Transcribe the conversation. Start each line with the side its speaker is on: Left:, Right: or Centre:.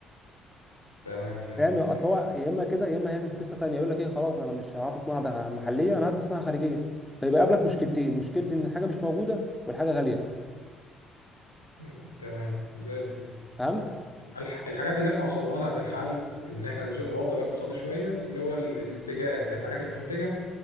Left: تمام فهمتك
Centre: فاهم اصل هو يا اما كده يا اما هيعمل قصه تانيه يقول لك ايه خلاص انا مش هعطي صناعه ده محليه انا هدي صناعه خارجيه فيبقى يقابلك مشكلتين مشكله ان الحاجه مش موجوده والحاجه غاليه
Left: مم. تمام زي الفل
Centre: فهمت
Left: الح- الحاجات اللي احنا وصلنا لها في الحل ان احنا نزق الوضع الاقتصادي شوية اللي هو ال- الاتجاه للحاجات المنتجة